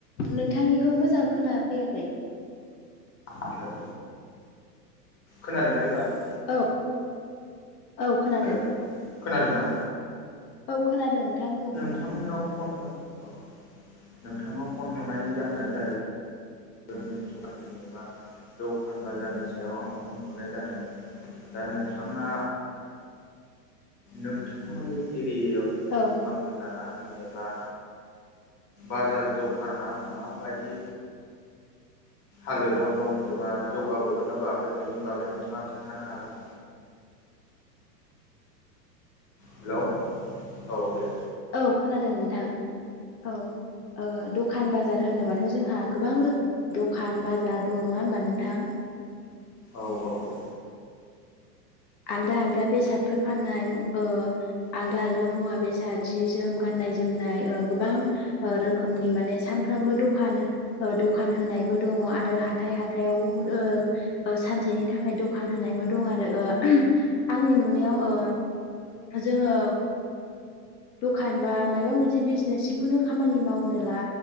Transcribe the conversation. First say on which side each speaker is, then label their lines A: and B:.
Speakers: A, on the left (about 85°); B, on the left (about 30°).
A: नोंथांनिखौ मोजां खोनाफैयाखै
B: हेलौ खोनादोंना एबार
A: औ औ खोनादों
B: हेलौ खोनादों ना
A: औ खोनादों नोंथां बुं
B: नोंथांनाव फन हर अ नोंथांनाव फन हरनायनि जाहोनानो जाहैबाय मोनसे टपिक जेनेबा दखान बाजारनि सायाव आं फन हरनाय जादों दा नोंथाङा नोंथांमोननि एरियायाव जेनेबा
A: औ
B: दखान बाजारा जेनेबा बाजार दखाना माबादि हालोदाव दं एबा जौगाबोदों ना बोआखै बेनि बागै नोंथाङा खिन्थानो हागोन हेलौ औ दे
A: औ खोनादों नोंथां औ ओ दखान बाजार होनोबाथ' जोंहा गोबां रोखोमनि दखान बाजार दं नङा होमबा नोंथां
B: औ औ औ
A: आलदा आलदा बेसादफोर फाननाय ओ आलदा
B: औ
A: आलदा मुवा बेसाद जि जोम गाननाय जोमनाय ओ गोबां ओ रोखोमनि माने सामफ्रामबो दखान ओ दखान होनायबो दङ आरो हाथाइ हाथाइयाव ओ ओ सानसेनि थाखाय दखान होनायबो दं आरो ओ आंनि नुनायाव ओ जोङो दखान बा मायबा मोनसे बिजनेस जिखुनु खामानि मावनो ला